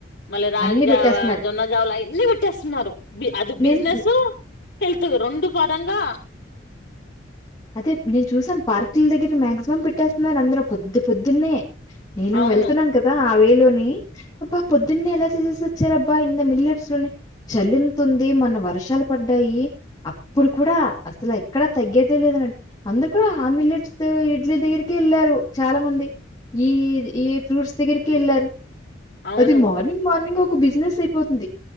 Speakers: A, on the left; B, on the left.
A: మళ్ళీ రాగిజావా,
B: అన్ని పెట్టేస్తున్నారు
A: జొన్న జావా అయన్ని పెట్టేస్తున్నారు అది
B: నేను
A: బిజినెస్. హెల్త్ రెండు పదంగా
B: అదే నేను చూసాను పార్క్ల దగ్గర మ్యాగ్ త్వం పెట్టేస్తున్నారు అందరు పొద్దు పొద్దున్నే నేను
A: అవును
B: వెళ్తున్నాను కదా ఆ వేలొ నీ అబ్బా పొద్దున్నే ఎలా తీసేసి వచ్చారు అబ్బా ఇ మిల్లర్స్ లోని చాలెంతుంది మన వ వర్షాలు పడ్డాయి అప్పుడు కూడా అసలు ఎక్కడా తగ్గేదే లేదనన్, అందురు కూడా ఆ మిలెట్స్ ఇడ్లీ దగ్గరికే వెళ్ళారు చాలా మంది. ఈ ఈ ఫ్రూట్స్ దగ్గరికి ఏళ్ళారు
A: అవును
B: అది మార్నింగ్ మార్నింగ్ ఒక కు బిజినెస్ అయిపోతుంది.